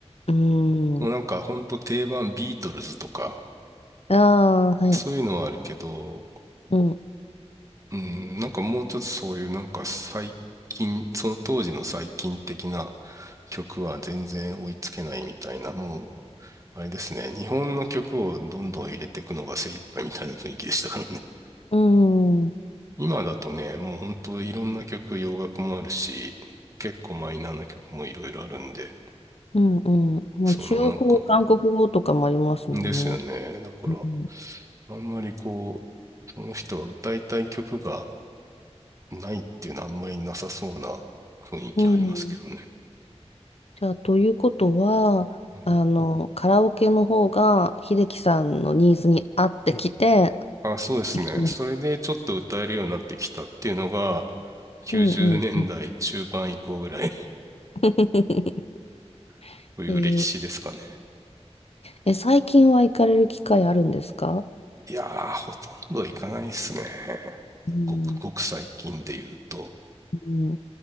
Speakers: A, on the left; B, on the right.
A: うー
B: もうなんかほんと定番ビートルズとか、
A: ん。ああ、はい。
B: そういうのはあるけど、
A: うん。
B: うん、なんかもうちょっとそういうなんか最近、その当時の最近的な曲は全然追いつけないみたいな、もう、あれですね、日本の曲をどんどん入れていくのが精一杯みたいな雰囲気でしたからね。<laughs>
A: うん。
B: 今だとね、もう本当いろんな曲、洋楽もあるし、結構マイナーな曲もいろいろあるんで、
A: うんうん。もう中国語、
B: そのなんか、
A: 韓国語とかもありますもんね。
B: ですよね。だから、
A: うん。
B: あんまりこう、その人が歌いたい曲がないっていうのはあんまりなさそうな雰囲気ありますけどね。
A: うん。じゃあ、ということは、
B: はい。
A: あの、カラオケの方が、秀樹さんのニーズに合ってきて、
B: あ、そうですね。
A: 行く
B: それでちょっと歌えるようになってきたっていうのが、90年代中盤以降ぐらい
A: うんうんうん。<laughs>
B: <laughs> という歴史ですかね。
A: えーえ、最近は行かれる機会あるんですか
B: いやー、ほとんどいかないですね。
A: うん、
B: ごくごく最近で言うと。
A: うん。